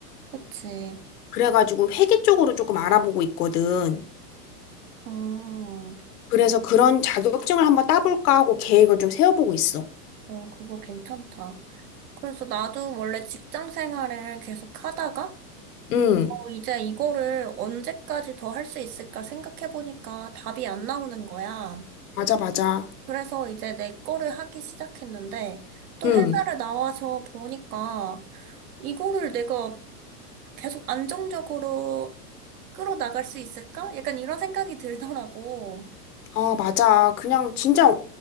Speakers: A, on the right; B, on the left.
A: 그치.
B: 그래가지고 회계 쪽으로 조금 알아보고 있거든.
A: 음,
B: 그래서 그런 자격증을 한번 따볼까 하고 계획을 좀 세워보고 있어.
A: 어, 그거 괜찮다. 그래서 나도 원래 직장 생활을 계속 하다가,
B: 응,
A: 어, 이제 이거를 언제까지 더 할 수 있을까 생각해보니까 답이 안 나오는 거야.
B: 맞아, 맞아.
A: 그래서 이제 내 거를 하기 시작했는데, 또
B: 응,
A: 회사를 나와서 보니까, 이거를 내가 계속 안정적으로 끌어나갈 수 있을까? 약간 이런 생각이 들더라고.
B: 아, 맞아. 그냥 진짜
A: 어,